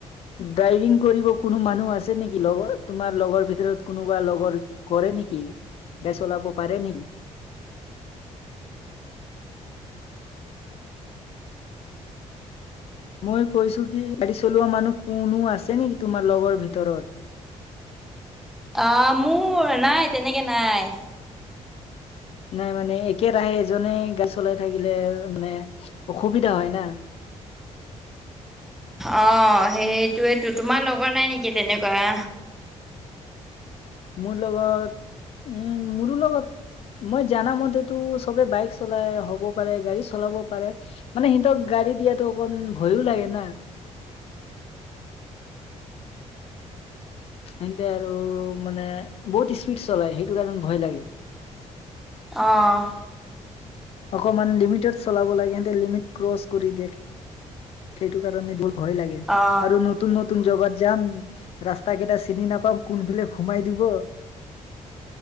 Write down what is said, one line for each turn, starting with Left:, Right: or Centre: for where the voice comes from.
Left: ড্ৰাইভিং কৰিব কোনো মানুহ আছে নেকি লগৰ তোমাৰ লগৰ ভিতৰত কোনোবা লগৰ কৰে নেকি গাড়ী চলাব পাৰে নেকি? মই কৈছো কি গাড়ী চলোৱা মানুহ কোনো আছে নেকি তোমাৰ লগৰ ভিতৰত?
Centre: অ মোৰ নাই তেনেকে নাই।
Left: নাই মানে একেৰাহে এজনে গাড়ী চলাই থাকিলে মানে অসুবিধা হয় না।
Centre: অ সেইটোৱেটো, তোমাৰ লগৰ নাই নেকি তেনেকোৱা?
Left: মোৰ লগত, উম মোৰো লগত মই জানা মতেটো সবে বাইক চলাই, হ'ব পাৰে গাড়ী চলাব পাৰে। মানে সিহঁতক গাড়ী দিয়াটো অকমান ভয়ো লাগে না হেঁতে আৰু মানে বহুত স্পীড চলাই সেইটো কাৰণে ভয় লাগে।
Centre: অঁ
Left: অকণমান লিমিটত চলাব লাগে, সিহঁতে লিমিট ক্ৰচ কৰি দিয়ে। সেইটো কাৰণে বহুত ভয় লাগে
Centre: অ
Left: আৰু ন তুন নতুন জগাত যাম ৰাস্তা কেইটা চিনি নাপাম কোনফালে সুমাই দিব